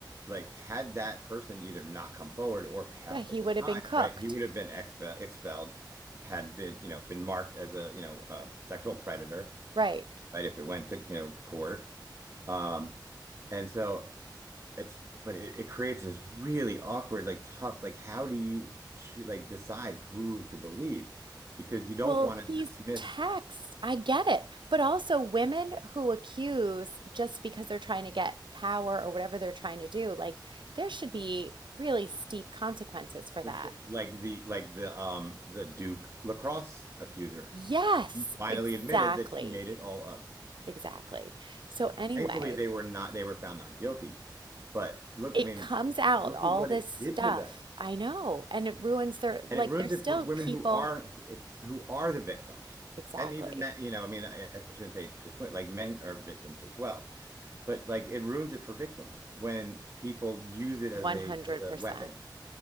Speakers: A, on the right; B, on the right.
A: like had that person either not come forward or passed
B: Yeah, he
A: at the
B: would have
A: time,
B: been cooked.
A: right? He would have been expe expelled, had been, you know, been marked as a, you know, a sexual predator,
B: Right.
A: right? If it went to, you know, court. Um, and so it's but it, it creates this really awkward, like tough, like how do you choo- like decide who to believe? Because you don't
B: Well,
A: want to dismiss
B: these texts, I get it. But also women who accuse just because they're trying to get power or whatever they're trying to do, like there should be really steep consequences for
A: their
B: that.
A: shit. Like the like the um the Duke lacrosse accuser.
B: Yes,
A: She finally
B: exactly.
A: admitted that she made it all up.
B: Exactly. So anyway,
A: Thankfully, they were not, they were found not guilty. But look,
B: It
A: I mean,
B: comes out,
A: look
B: all
A: at what
B: this
A: it
B: stuff.
A: did to them.
B: I know. And it ruins their,
A: And
B: like,
A: it ruins
B: there's
A: it
B: still
A: for women
B: people.
A: who are it's who are the victims.
B: Exactly.
A: And even men, you know, I mean, I, I shouldn't say it's just women, like men are victims as well. But like it ruins it for victims when people use it as
B: 100%.
A: a as a weapon.